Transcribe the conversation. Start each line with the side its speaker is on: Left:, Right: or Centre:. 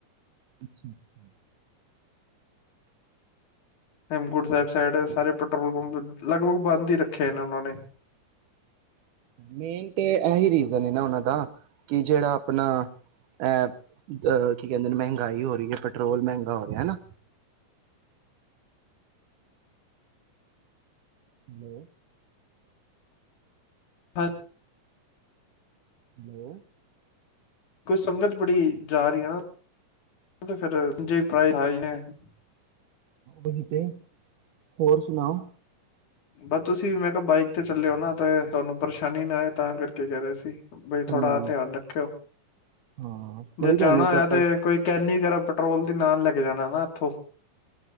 Right: ਅੱਛਾ ਅੱਛਾ।
Left: ਹੇਮਕੁੰਟ ਸਾਹਿਬ ਸਾਈਡ ਸਾਰੇ ਪੈਟਰੋਲ ਪੰਪ ਲਗਭਗ ਬੰਦ ਹੀ ਰੱਖੇ ਨੇ ਉਹਨਾਂ ਨੇ।
Right: ਮੇਨ ਤੇ ਇਹੀ ਰੀਜਨ ਹੈ ਨਾ ਉਹਨਾਂ ਦਾ ਕਿ ਜਿਹੜਾ ਆਪਣਾ ਅ ਕੀ ਕਹਿੰਦੇ ਨੇ ਮਹਿੰਗਾਈ ਹੋ ਰਹੀ ਹੈ ਪੈਟਰੋਲ ਮਹਿੰਗਾ ਹੋ ਰਿਹਾ ਹਨਾ। ਹੈਲੋ।
Left: ਹਾਜੀ
Right: ਹੈਲੋ।
Left: ਕੋਈ ਸੰਗਤ ਬੜੀ ਜਾ ਰਹੀ ਐ ਨਾ <inaudible>
Right: ਓਹੀ ਤੇ ਹੋਰ ਸੁਣਾਓ।
Left: ਬਸ ਤੁਸੀਂ ਮੈਂ ਕਿਹਾ ਬਾਈਕ ਤੇ ਚੱਲਿਓ ਨਾ ਤੇ ਤੁਹਾਨੂੰ ਪਰੇਸ਼ਾਨੀ ਨਾ ਆਏ ਤਾਂ ਕਰਕੇ ਕਹਿ ਰਹੇ ਸੀ। ਬਈ ਥੋੜਾ
Right: ਹਾਂ
Left: ਧਿਆਨ ਰੱਖਿਓ
Right: ਹਾਂ ਕੋਈ
Left: ਜੇ
Right: ਗੱਲ
Left: ਜਾਣਾ
Right: ਨਹੀਂ
Left: ਹੋਇਆ
Right: ਆਪਾਂ
Left: ਤੇ ਕੋਈ ਕੈਨੀ ਵਗੈਰਾ ਪੈਟਰੋਲ ਦੇ ਨਾਲ ਲੈ ਕੇ ਜਾਣਾ ਨਾ ਇੱਥੋਂ